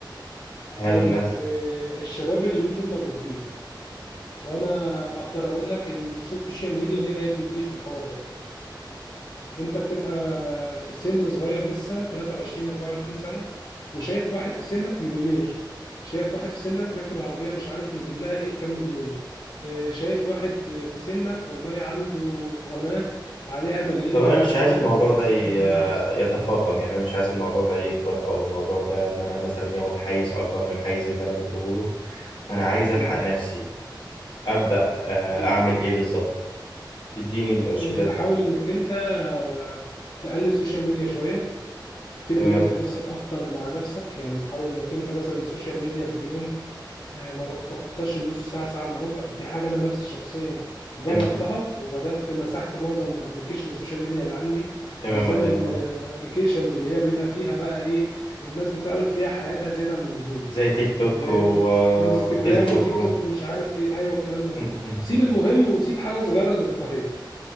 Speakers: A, on the left; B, on the left.
A: هل
B: هقول
A: مثلا
B: لك آه، الشباب اليومين دول مضغوطين وانا اقدر اقول لك ان السوشيال ميديا ليها يد كبير في الحوار ده انت بتبقى في سن صغير لسه 23 24 سنه وشايف واحد في سنك مليونير شايف واحد في سنك راكب عربيه مش عارف موديلها ايه بكام مليون آه، شايف واحد في سنك والله عنده قناه عليها ملايين
A: طب
B: المتابعين
A: انا مش عايز الموضوع
B: وبيسافر
A: ده ي-
B: هنا وبيسافر
A: يتفاقم
B: هنا
A: يعني انا مش عايز الموضوع ده يكبر او الموضوع ده ان انا مثلا ياخد حيز اكبر من الحيز اللي انا مديهوله فانا عايز
B: مم.
A: الحق نفسي ابدا آه،
B: إيه-
A: اعمل ايه بالظبط اديني الارشادات
B: إيه، تحاول انك انت آه، تقلل السوشيال ميديا شويه تدي
A: تمام
B: وقت لنفسك اكتر مع نفسك يعني تحاول انك انت مثلا سوشيال ميديا في اليوم آه، ما تتخطاش النص ساعه ساعه الا ربع دي حاجه انا نفسي شخصيا جربتها
A: تمام
B: وبدات مسحت معظم ابلكيشن السوشيال ميديا اللي عندي
A: تمام
B: بالذات
A: الله
B: الابلكيشنز
A: ينور
B: اللي هي بيبقى فيها بقى ايه الناس بتعرض فيها حياتها زياده عن اللزوم
A: زي تيك توك
B: آه،
A: وفيسبوك
B: انستجرام وتيك
A: و... م-
B: توك ومش عارف ايه ايوه الكلام ده كله
A: م- م.
B: سيب المهم وسيب حاجه صغيره للرفاهيه